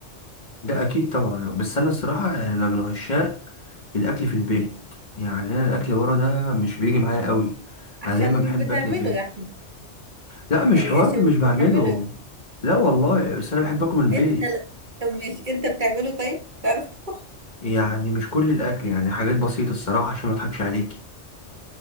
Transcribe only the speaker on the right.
عشان
مش بتعمله
يا احمد
يعني
عشان
مش
بتعمله
انت لا. طب ماشي انت بتعمله طيب بتعرف تطبخ